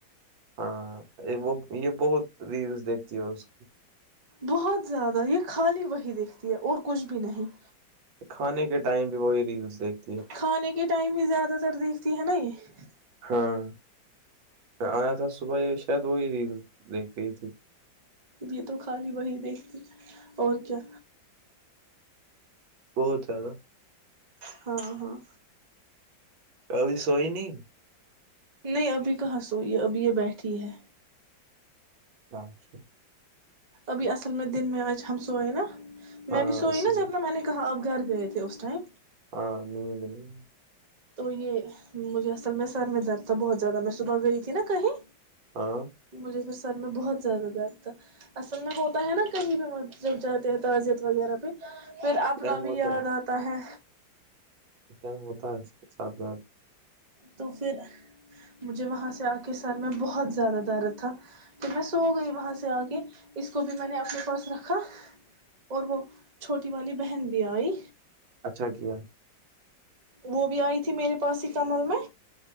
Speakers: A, on the right; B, on the right.
A: ہاں وہ یہ بہت ریلس دیکھتی ہے اس کی
B: بہت زیادہ یہ خالی وہی دیکھتی ہے اور کچھ بھی نہیں
A: کھانے کے ٹائم بھی وہی ریلس دیکھ
B: کھانے کے ٹائم بھی زیادہ تر دیکھتی ہے نا یہ ج <unintelligible>
A: ہاں میں آیا تھا صبح ہی شاید وہی ریل دیکھ رہی تھی
B: یہ تو خالی وہی دیکھتی اور کیا
A: بہت زیادہ
B: ہاں ہاں
A: کلی سوئی نہیں
B: نہیں ابھی کہاں سوئی ہے ابھی یہ بیٹھی ہے
A: اچھا
B: ابھی اصل میں دن میں آج ہم سوئے نا
A: ہاں
B: میں بھی سوئی
A: اس
B: نا
A: لیے
B: جبنا میں نے کہاب گھر گئے تھے اس ٹائم
A: ہاں ند نہیں
B: تو یہ مجھے اصل میں سر میں درد تھا بہت زیادہ میں صبح گئی تھی نا کہیں
A: ہاں
B: مجھے ک ال میں بہت زیادہ درد تھا اصل میں ہوتا ہے نا کبھی بھی جب جاتے ہیں تعزیت وغیرہ پہ پھر اپنا
A: ٹائم ہوتا
B: بھی یاد
A: ہے
B: آتا ہے
A: اس ٹائم ہوتا ہے اس کے ساتھ بد
B: تو پھر مجھے وہاں سے آ کے سر میں بہت زیادہ درد تھا پھر میں سو گئی وہاں سے آ کے اس کو بھی میں نے اپنے پرس رکھا اور وہ چھوٹی والی بہن بھی آئی
A: اچھا کیا
B: وہ بھی آئی تھی میرے پاس ہی کمل میں